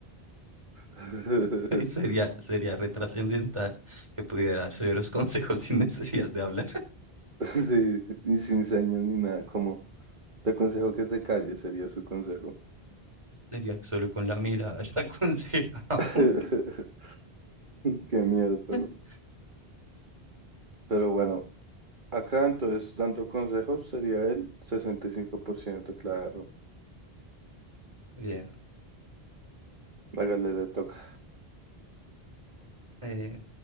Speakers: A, on the right; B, on the right.
A: <laughs>
B: <laughs> Sería, sería retrascendental que pudiera dar severos <laughs> consejos sin necesidad de hablar.
A: <laughs> Sí, y sin señas ni nada, como te aconsejo que se calle, sería su consejo.
B: <laughs> Sería que solo con la mirada la <laughs> aconseja a
A: <laughs>
B: uno.
A: Qué miedo, perro.
B: <laughs>
A: Pero bueno, acá entonces, dando consejos, sería el sesenta y cinco por ciento claro.
B: Bien.
A: Hágale le toca.
B: eh,